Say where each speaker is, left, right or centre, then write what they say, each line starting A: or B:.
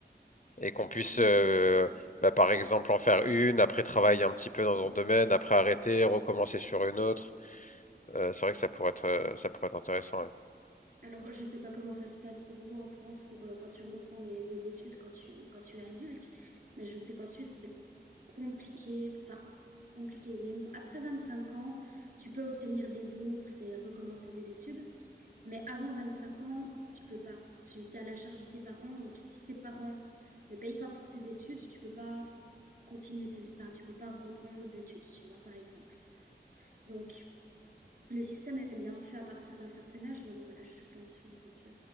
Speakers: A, on the left; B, on the right.
A: et qu'on puisse,
B: Ah, mais
A: euh, bah, par exemple, en faire une, après travailler un petit peu dans un domaine, après arrêter, recommencer sur une autre. Euh, c'est vrai que ça pourrait être, euh, ça pourrait être intéressant. ouais.
B: alors je sais pas comment ça se passe pour vous en France pour euh, quand tu reprends des, des études quand tu quand tu es adulte, mais je sais qu'en Suisse c'est compliqué, enfin compliqué oui et non. Après 25 ans, tu peux obtenir des bourses et recommencer des études. Mais avant 25 ans, tu peux pas. Tu es à la charge de tes parents. Donc, si tes parents ne payent pas pour tes études, tu peux pas continuer tes... Enfin, tu peux pas reprendre d'autres études, tu vois, par exemple. Donc, le système est bien fait à partir d'un certain âge. Mais bon, voilà, je suis plus en Suisse, donc euh,